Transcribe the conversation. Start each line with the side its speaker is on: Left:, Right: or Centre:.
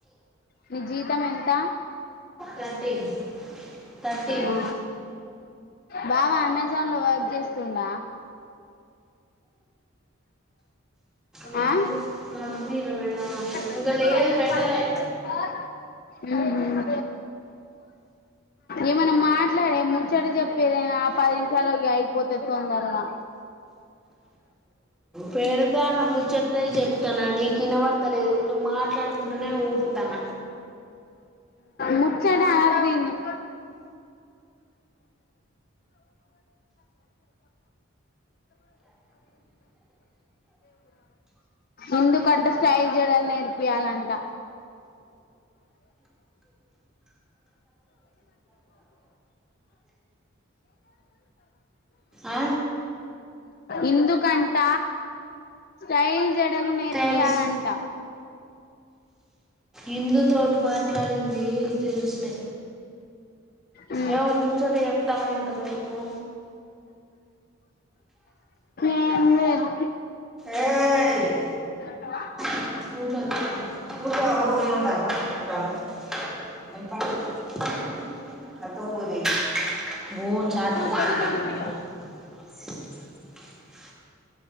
Left: ని జీతం ఎంత
Centre: థర్టీన్ థర్టీన్
Left: ఆ బావ అమెజాన్ లో వర్క్ చేస్తుండ
Centre: లేదు
Left: అ
Centre: కంపెనీలో పెడదామా
Left: పెడతారు
Centre: ఇంకా లేదు పెట్టలే
Left: చెప్పవా <unintelligible> హు హుమ్మ్ ఏమైనా మాట్లాడే ముచ్చట చెప్పు ఏదైనా ఆ పది నిమిషాలు ఇగ అయిపోతది తొందరగా
Centre: పెడతాన ముచ్చటనే చెప్తాన్న నీకు ఇనబడతలేదు నువ్వు మాట్లాడుకుంటనే ఉడుత్తన
Left: ముచ్చడ ఆది నీకు ఎందుకంటే స్టైల్ జడ నేర్పియ్యాలంట
Centre: ఆ?
Left: ఇందుక్ కంట స్టైల్ జడ జడలు నేర్పియ్యాలంట
Centre: తెలుసు ఇందు తో మాట్లాడింది తెలుసులే
Left: మ్మ్
Centre: ఏమ ముచ్చట చెప్తాము ఇంత ముందుకు
Left: ఏం లేదు
Centre: ఏయ్
Left: ఆ
Centre: టటట ఎ చ <unintelligible>
Left: చల్ల చూడుందిగా